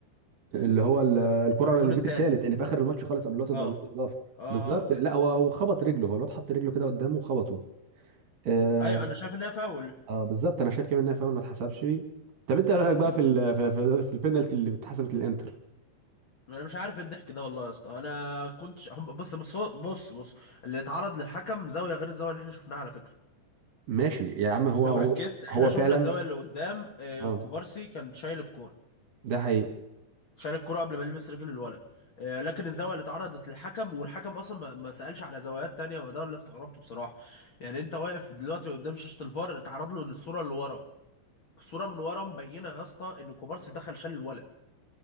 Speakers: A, on the right; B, on the left.
A: اللي هو ال- الكره
B: الجون
A: اللي الجون
B: التالت
A: الثالث اللي في اخر الماتش خالص قبل الوقت ده
B: اه
A: قبل الوقت الاضافي
B: اه
A: بالظبط
B: اه
A: لا هو هو خبط رجله هو الواد حط رجله كده قدامه وخبطه آه,
B: ايوه انا شايف ان هي فاول
A: اه بالظبط انا شايف كمان انها فاول ما اتحسبش طب انت إيه رايك
B: م-
A: بقى في ال في, في, في البينالتي اللي اتحسبت للانتر
B: انا مش عارف إيه الضحك ده والله يا اسطى انا كنتش هم- بص بص بص بص اللي اتعرض للحكم زاوية غير الزاوية اللي احنا شفناها على فكرة
A: ماشي يا عم هو
B: لو
A: هو
B: ركزت احنا
A: هو
B: شفنا
A: فعلا
B: الزاويه اللي قدام آه،
A: اه
B: كوبارسي كان شايل الكوره
A: ده حقيقي
B: شايل الكوره قبل ما يلمس رجل الولد آه، لكن الزاويه اللي اتعرضت للحكم والحكم اصلا ما ما سالش على زوايات تانية ما ده اللي استغربته بصراحه يعني انت واقف دلوقتي قدام شاشه الفار اتعرض له الصوره اللي ورا الصوره من ورا مبينه يا اسطى ان كوبارسي دخل شال الولد